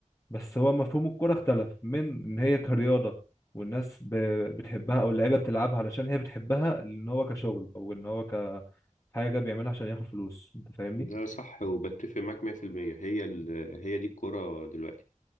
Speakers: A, on the left (about 25°); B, on the left (about 75°).
A: بس هو مفهوم الكرة اختلف من ان هي كرياضة والناس ب- بتحبها او اللعيبة بتلعبها علشان هي بتحبها ان هو كشغل او ان هو كحاجة بيعملها عشان ياخد فلوس انت فاهمني
B: ده صح وبتفق معاك 100% هي ال... هي دي الكرة دلوقتي